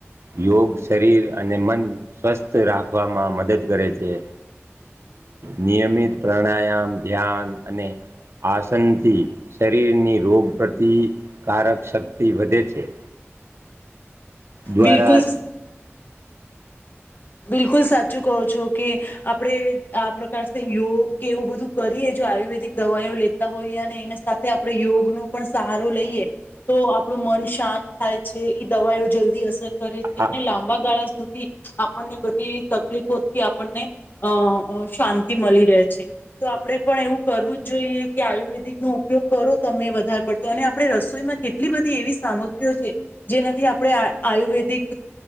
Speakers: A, on the right (about 65°); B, on the left (about 45°).
A: યોગ, શરીર અને મન સ્વસ્થ રાખવામાં મદદ કરે છે. નિયમિત પ્રણાયામ, ધ્યાન અને આસનથી શરીરની રોગ પ્રતિકારક શક્તિ વધે છે. દ્વારા.
B: બિલકુલ બિલકુલ, સાચું કહો છો કે. આપડે આ પ્રકારસીલ યોગ કે, એવું બધું કરીએ, જો આયુર્વેદિક દવાઓ લે તા હોઈએ, અને એના સાથે આપણે યોગ નો પણ સહારો લઈએ. તો આપણું મન શાંત થાય છે, એ દવાઓ જલ્દી અસર કરે છે,
A: આ
B: અને લાંબા ગાળા સુધી આપણને બધી તકલીફોથી આપણને અ શાંતિ મળી રહે છે. તો આપડે પણ એવું કરવું જ જોઈએ કે, આયુર્વેદિક નો ઉપયોગ કરો, તમે વધારે પડતો અને આપણે રસોઈમાં કેટલી બધી એવી સામગ્રીઓ છે. જેનાથી આપણે આ આયુર્વેદિક